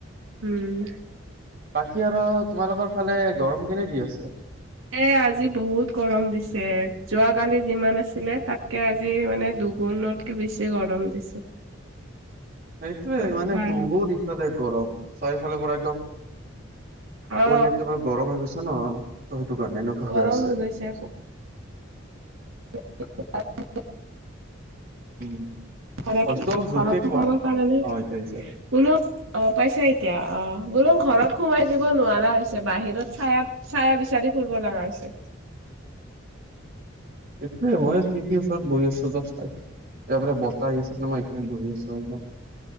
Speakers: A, on the right (about 85°); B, on the right (about 50°).
A: উম'।
B: বাকী আৰু তোমালোকৰ ফালে গৰম কেনে দি আছে?
A: এ আজি বহুত গৰম দিছে যোৱাকালি যিমান আছিলে তাতকে আজি মানে দুগুণতকে বেছি গৰম দিছে।
B: সেইটোয়ে
A: নকবা
B: মানে বহুত
A: আৰু।
B: ইফালে গৰম চাৰিওফালে পৰা একদম
A: অ
B: পৰিৱেশটো বাৰ গৰম হৈ গৈছে ন? ত' সেইটো কাৰণে এনেকুৱা
A: গৰম
B: হৈ আছে।
A: গৈছে। <unintelligible> <inaudible>
B: উম'।
A: হয়
B: ভইচটো
A: কি
B: অলপ
A: ঘৰতৰতটো
B: জোৰকে কোৱা,
A: কম পাৰে নে?
B: অ', এতিয়া আহিছে।
A: বোলো অ, পাইছা এতিয়া অ', বোলো ঘৰত সোমাই দিব নোৱাৰা হৈছে বাহিৰত চাইাত চায় বিচাৰি ফুৰিব লগা হৈছে।
B: এইটোয়ে মই খিৰিকি ওচৰত বহি আছো জব চাই তাৰপ বতাহ আহি আছে কাৰণে মই এইখিনিত বহি আছো একদম।